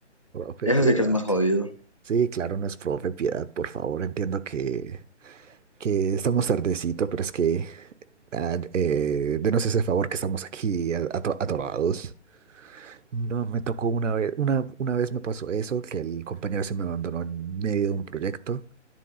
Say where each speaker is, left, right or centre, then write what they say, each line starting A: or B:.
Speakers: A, on the right; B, on the left.
A: profe,
B: Eso
A: piedad.
B: sí que es más jodido.
A: Sí, claro, no es profe, piedad, por favor, entiendo que, que estamos tardecito, pero es que ah, eh, denos ese favor que estamos aquí a- ato- atorados. No, me tocó una vez, una, una vez me pasó eso, que el compañero se me abandonó en medio de un proyecto